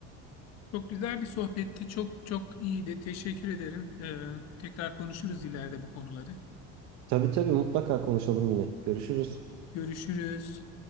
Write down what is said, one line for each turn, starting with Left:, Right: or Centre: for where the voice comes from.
Left: Çok güzel bir sohbetti. Çok çok iyiydi. Teşekkür ederim. Ee, tekrar konuşuruz ileride bu konuları.
Right: Tabii tabii mutlaka konuşalım yine. Görüşürüz.
Left: Görüşürüz.